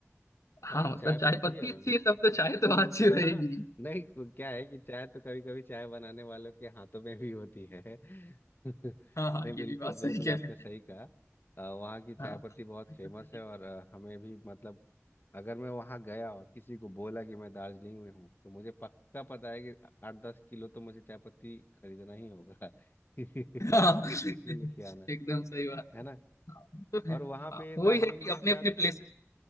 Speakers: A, on the left; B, on the left.
A: हाँ
B: वहाँ की
A: मतलब
B: चाय
A: चाय
B: पत्ती
A: पत्ती
B: क्या
A: अच्छी
B: रंग
A: है सब तो चाय तो वहाँ अच्छी
B: हाँ
A: रहेगी
B: नहीं को- क्या है कि चाय तो कभी कभी चाय बनाने वालों के हाथों में भी होती है <laughs>
A: हाँ हाँ
B: नहीं बिल्कुल
A: ये भी बात
B: बिल्कुल
A: सही कह
B: आपने
A: रहे
B: सही
A: हैं
B: कहा अ, वहाँ की चाय
A: हाँ हाँ,
B: पत्ती बहुत
A: चाय
B: फेमस
A: पत्ती की
B: है और अ, हमें भी मतलब अगर मैं वहाँ गया और किसी को बोला कि मैं दार्जिलिंग में हूँ तो मुझे पक्का पता है कि आठ दस किलो तो मुझे चाय पत्ती खरीदना ही होगा <laughs> इसलिए
A: हाँ <laughs>
B: लेके आना
A: एकदम सही बात
B: है
A: है
B: ना
A: हाँ, तो है
B: और वहाँ
A: हाँ,
B: पे
A: वही
B: दार्जिलिंग
A: है कि
B: में
A: अपने
B: शायद
A: अपने प्लेसेस
B: कोई